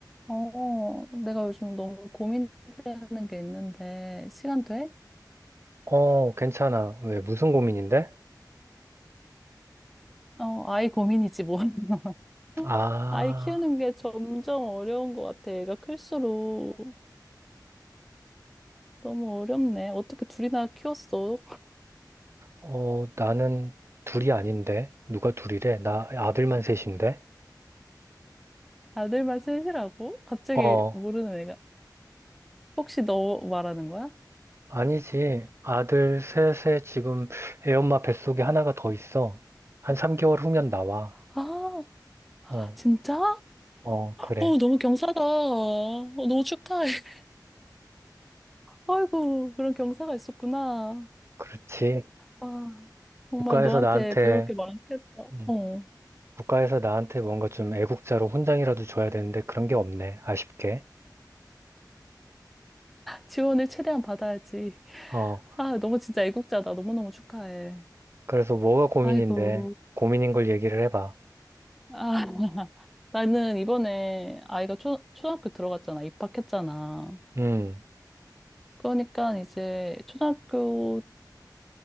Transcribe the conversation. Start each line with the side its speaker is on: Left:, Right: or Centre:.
Centre: 어, 내가 요즘 너무 고민되는 게 있는데, 시간 돼?
Right: 어, 괜찮아. 왜, 무슨 고민인데?
Centre: 어, 아이 고민이지, 뭐. <laughs>
Right: 아,
Centre: 아이 키우는 게 점점 어려운 것 같아. 애가 클수록 너무 어렵네. 어떻게 둘이나 키웠어?
Right: 어, 나는 둘이 아닌데. 누가 둘이래? 나 아들만 셋인데?
Centre: 아들만 셋이라고? 갑자기
Right: 어,
Centre: 모르는 애가. 혹시 너 말하는 거야?
Right: 아니지. 아들 셋에 지금 애 엄마 뱃속에 하나가 더 있어. 한 3개월 후면 나와.
Centre: 아,
Right: 어,
Centre: 진짜? <gasps>
Right: 어, 그래.
Centre: 어, 너무 경사다. 어, 너무 축하해. <laughs> 아이고, 그런 경사가 있었구나.
Right: 그렇지.
Centre: 와, 정말
Right: 국가에서
Centre: 너한테
Right: 나한테,
Centre: 배울 게 많겠다.
Right: 음,
Centre: 어.
Right: 국가에서 나한테 뭔가 좀 애국자로 훈장이라도 줘야 되는데 그런 게 없네. 아쉽게.
Centre: 지원을 최대한 받아야지.
Right: 어,
Centre: 아, 너무 진짜 애국자다. 너무너무 축하해.
Right: 그래서 뭐가 고민인데?
Centre: 아이고.
Right: 고민인 걸 얘기를 해봐.
Centre: 아, <laughs> 나는 이번에 아이가 초, 초등학교 들어갔잖아. 입학했잖아.
Right: 음.
Centre: 그러니까 이제 초등학교